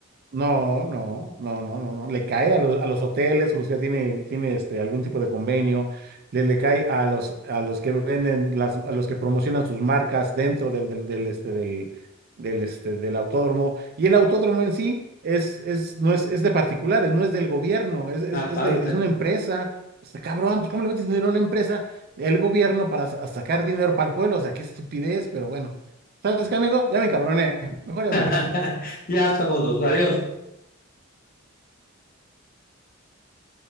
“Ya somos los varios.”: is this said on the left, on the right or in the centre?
Left